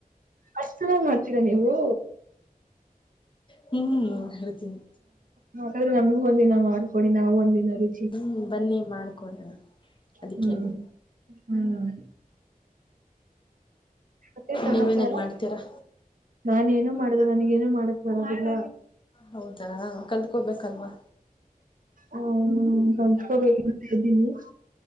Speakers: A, on the right; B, on the left.
A: ಅಷ್ಟ್ ಚೆನ್ನಾಗ್ ಮಾಡ್ತೀರಾ ನೀವು.
B: ಹ್ಮ್ ಮಾಡ್ತೀನಿ.
A: ಹಾಗದ್ರೆ ನಮ್ಗೂ ಒಂದಿನ ಮಾಡ್ಕೊಡಿ ನಾವು ಒಂದಿನರಿ
B: ಹ್ಮ್ ಬನ್ನಿ ಮಾಡ್ಕೊಡೋಣ. ಅದಕ್ಕೇನು
A: ಹ್ಮ್ ಹ್ಮ್ ಮತ್ತೆನ್ ಸಮಾಚಾರ
B: ನೀವೇನೇನ್ ಮಾಡ್ತೀರಾ
A: ನಾನ್ ಏನು ಮಾಡುದ ನನ್ಗೇನು ಮಾಡಕ್ ಬರೋದಿಲ್ಲ.
B: ಹೌದಾ ಕಲ್ತ್ಕೋಬೇಕಲ್ವಾ.
A: ಓ ಹೂ ಕಲ್ತ್ಕೋ ಬೇಕಂತಿದಿನಿ.